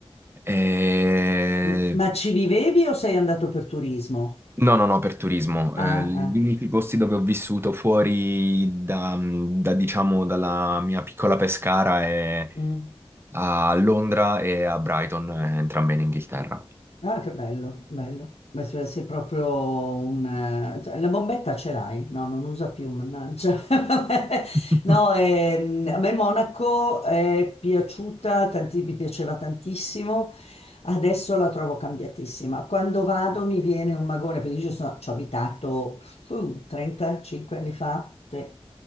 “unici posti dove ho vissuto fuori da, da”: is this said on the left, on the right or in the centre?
Right